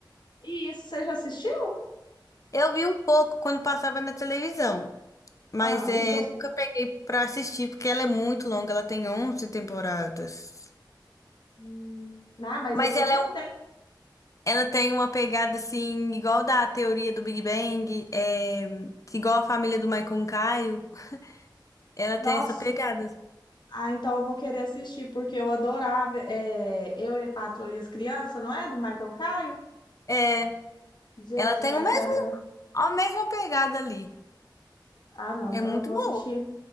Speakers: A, on the left; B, on the left.
A: E isso, você já assistiu?
B: Eu vi um pouco quando passava na televisão, mas
A: Ah,
B: é,
A: e gostou?
B: nunca peguei pra assistir, porque ela é muito longa, ela tem 11 temporadas.
A: Hum, Não, mas
B: Mas
A: eu tô
B: ela
A: com
B: é
A: tempo.
B: Ela tem uma pegada assim, igual da teoria do Big Bang, é, igual a família do Michael Caio. Ela
A: Nossa,
B: tem essa pegada.
A: ah, então eu vou querer assistir, porque eu adorava. É, eu e a Patroa e as Crianças, não é? Do Michael Caio?
B: É,
A: Gente,
B: ela tem
A: que
B: o
A: a
B: mesmo,
A: série era.
B: a mesma pegada ali.
A: Ah, não, então
B: É muito
A: eu vou
B: boa.
A: assistir